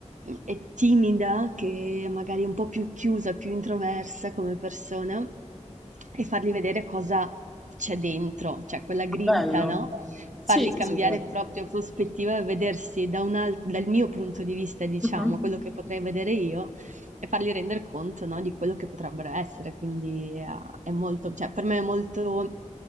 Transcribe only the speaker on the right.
è timida, che magari è un po' più chiusa, più introversa come persona, e fargli vedere cosa c'è dentro, cioè quella grinta,
no? Fargli
cambiare
proprio prospettiva e vedersi da un al- dal mio punto di vista, diciamo,
quello che potrei vedere io, e fargli rendere conto, no, di quello che potrebbero essere. Quindi eh, è molto, cioè, per me è molto